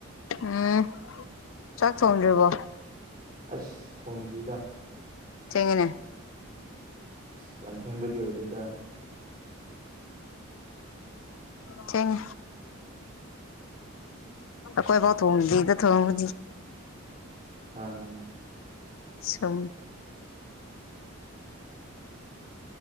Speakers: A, on the left (about 65°); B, on the right (about 40°).
A: ꯎꯝ ꯆꯥꯛ ꯊꯔꯤꯕꯣ
B: ꯑꯁ ꯊꯣꯡꯗ꯭ꯔꯤꯗ
A: ꯆꯦꯉꯅꯦ
B: ꯑ ꯌꯥꯝ ꯊꯦꯡꯕꯗꯤ ꯑꯣꯏꯗꯦꯗ
A: ꯆꯦꯡ ꯈꯣꯏꯕꯨꯥꯎ ꯊꯣꯡꯃꯗꯗ ꯊꯣꯡꯃ
B: ꯑꯥ
A: ꯁꯝ